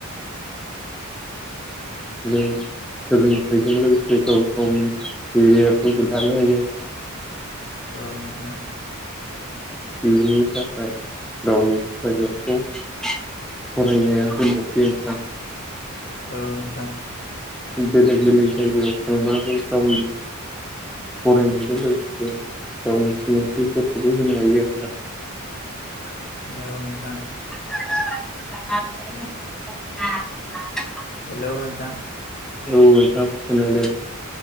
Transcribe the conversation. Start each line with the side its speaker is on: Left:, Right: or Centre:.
Centre: जों सोलोंथाइजों लोगोसे गाव गावनि केरियारबो दानो हायो
Left: औ नोंथां
Centre: इयुननि थाखाय गावनि फायनायखौ फरायनाया <unintelligible>
Left: औ नोंथां
Centre: बेलेग बेलेग जायगायाव थांनाबो गावनि फरायनायजों लोगोसे गावनि सिनायथिफोरखौबो होनो हायो
Left: औ नोंथां
Centre: <inaudible>
Left: हेलौ नोंथां
Centre: औ नोंथां खोनादों।